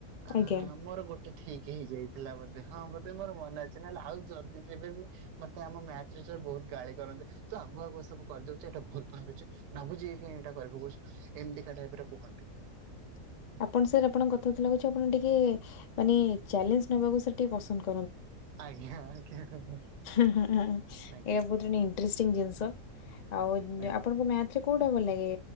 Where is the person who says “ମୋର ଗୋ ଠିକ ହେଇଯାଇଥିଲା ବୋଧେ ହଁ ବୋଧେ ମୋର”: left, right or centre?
Right